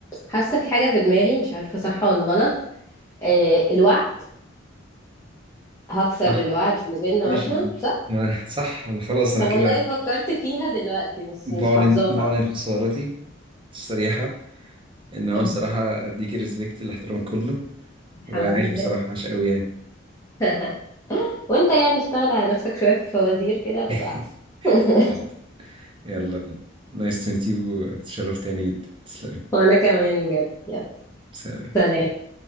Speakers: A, on the left (about 15°); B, on the right (about 25°).
A: حاسة في حاجة في دماغي مش عارفة صح ولا غلط آه الوعد هكسر
B: صح
A: الوعد اللي بينا
B: ماشي
A: مثلا
B: ماشي
A: صح
B: آه، <laughs> صح انا خلاص انا
A: طب
B: كده
A: والله فكرت فيها دلوقتي مش
B: بعلن
A: مش حافظاها
B: بعلن خسارتي الصريحه ان انا
A: <laughs>
B: بصراحه اديكي ريسبكت الاحترام كله
A: الحمد
B: وعايش بصراحه
A: لله
B: عاش قوي يعني
A: <laughs> وانت يعني اشتغل على نفسك شوية في الفوازير كده هتبقى
B: <laughs>
A: احسن <laughs>
B: حاضر يلا نايس تو ميت يو اتشرفت تاني جدا تسلمي
A: وانا كمان بجد يلا
B: سلام
A: سلام